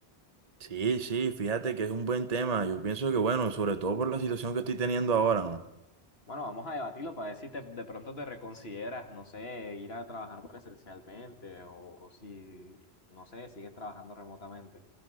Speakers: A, on the right; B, on the left.
A: Sí, sí, fíjate que es un buen tema. Yo pienso que, bueno, sobre todo por la situación que estoy teniendo ahora, ¿no?
B: Bueno, vamos a debatirlo para ver si te- de pronto te reconsideras, no sé, ir a trabajar presencialmente o, o si, no sé, sigues trabajando remotamente.